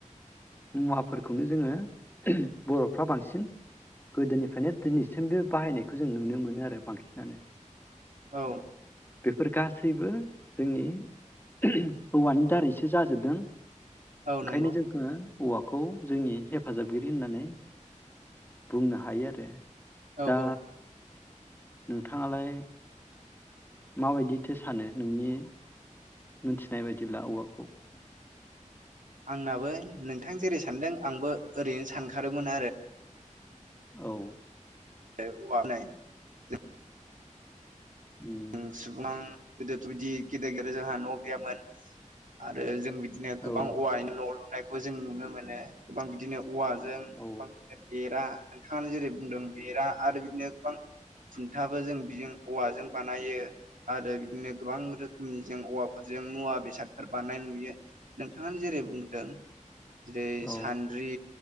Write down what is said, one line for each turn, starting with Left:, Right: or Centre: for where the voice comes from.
Left: मुवाफोरखौनो जोङो बर'फ्रा बांसिन गोदोनिफ्रायनो दिनैसिम बे बाहायनायखौ जों नुनो मोनो आरो बांसिनानो
Right: औ
Left: बेफोर गासैबो जोंनि ओम औवानि दारैसो जाजोबदों ओंखायनो
Right: औ नंगौ
Left: जोंखो औवाखौ जोंनि हेफाजाबगिरि होननानै बुंनो हायो आरो
Right: औ
Left: दा
Right: औ
Left: नोंथाङालाय माबायदिथो सानो नोंनि मोनथिनाय बायदिब्ला औवाखौ
Right: आंनाबो नोंथां जेरै सानदों आंबो ओरैनो सानखादोंमोन आरो
Left: औ
Right: <inaudible>
Left: उम
Right: ओम सुबुं गोदोथ बिदि <unintelligible> न' गैयामोन। आरो जों बिदिनो
Left: औ
Right: गोबां औवानि न' लुनायखौ जों नुनो मोनो गोबां बिदिनो औवाजों गोबां
Left: औ
Right: <unintelligible> देरा नोंथाङानो जेरै बुंदों बेरा आरो बिदिनो गोबां खुन्थाबो जों बिजों औवाजों बानाय बानायो आरो बिदिनो गोबां रोखोमनि जों औवाफोरजों मुवा बेसादफोर बानायनाय नुयो नोंथाङानो जेरै बुंदों जेरै
Left: औ
Right: सान्द्रि